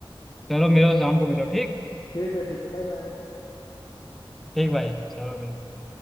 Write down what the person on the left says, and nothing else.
ठीक है ठीक है बाय बाय